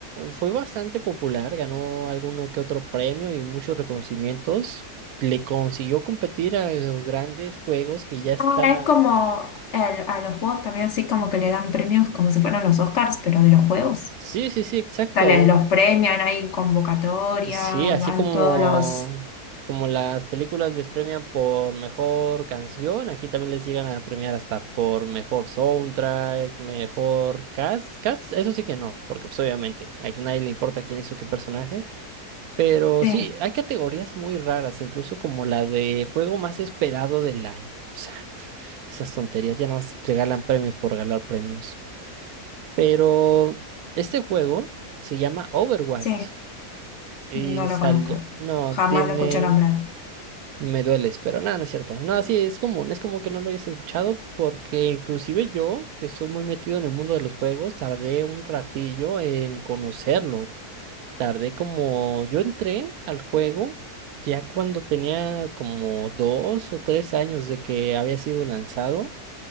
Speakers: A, on the right; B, on the left.
A: fue bastante popular, ganó alguno que otro premio y muchos reconocimientos le consiguió competir a los grandes juegos que ya estaban.
B: Ah, es como el- a los juegos también así como que le dan premios como si fueran los Oscars, pero de los juegos.
A: Sí, sí, sí, exacto.
B: O sea, les-
A: aun-
B: los premian, hay convocatoria,
A: Sí, así
B: van
A: como,
B: todos los...
A: como las películas les premian por mejor canción, aquí también les llegan a premiar hasta por mejor soundtrack, mejor cast. Cast, eso sí que no, porque pues obviamente a nadie le importa quién hizo qué personaje. Pero
B: Sí,
A: sí, hay categorías muy raras, incluso como la de juego más esperado del año. O sea, esas tonterías ya nada más regalan premios por regalar premios. Pero este juego se llama Overwatch
B: sí,
A: y
B: no lo
A: salió.
B: conozco.
A: No,
B: Jamás
A: tiene.
B: lo escuché nombrar.
A: Me dueles, pero nada, no es cierto. No, sí, es común, es como que no lo hayas escuchado porque inclusive yo, que estoy muy metido en el mundo de los juegos, tardé un ratillo en conocerlo. Tardé como. Yo entré al juego ya cuando tenía como dos o tres años de que había sido lanzado